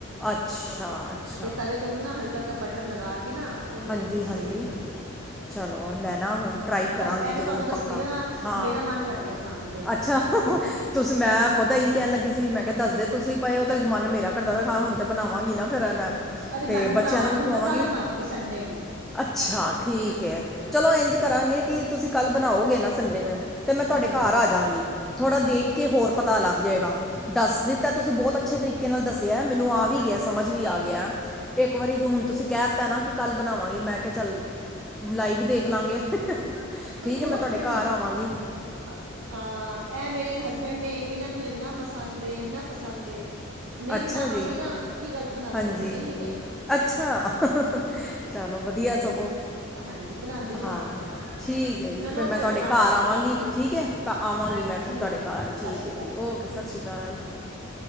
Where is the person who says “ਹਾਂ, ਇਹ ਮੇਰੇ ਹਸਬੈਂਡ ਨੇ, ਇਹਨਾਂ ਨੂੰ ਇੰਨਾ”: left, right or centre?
Right